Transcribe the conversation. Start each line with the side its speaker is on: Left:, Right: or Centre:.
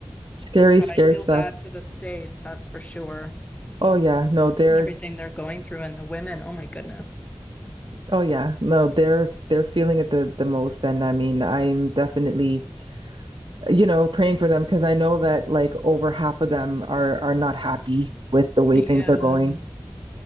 Right: Scary,
Left: But
Right: scary
Left: I feel
Right: stuff.
Left: bad for the states, that's for sure.
Right: Oh, yeah. No, they're,
Left: And everything they're going through and the women. Oh my goodness.
Right: oh, yeah. No, they're, they're feeling it the, the most. And I mean, I'm definitely, you know, praying for them because I know that like over half of them are, are not happy with the way
Left: Yeah,
Right: things are going.